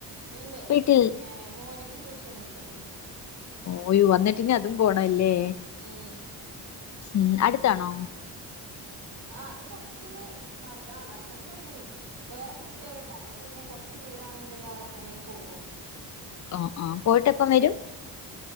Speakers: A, on the right; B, on the left.
A: ഉണ്ട്
B: വീട്ടിൽ
A: പിന്നെ മോന് ന്ന് ട്യൂഷന്ണ്ട് ഉം
B: ഓയു വന്നിട്ടിനി അതും പോണല്ലേ
A: ഉം.
B: ഉം. അടുത്താണോ?
A: ആ അത്കൊറച്ച്ണ് നടക്കാ ആ നടക്കണ്ട ദൂരാന്നള്ളൂ വേറെകുട്ടിയാള്ണ്ട് അപ്പൊപിന്നെ കൊറച്ച്ദൂരാണന്ന്ണ്ടെലും അവരങ്ങനെപോകും
B: ആഹ് ആ പോയിട്ട് എപ്പം വരും.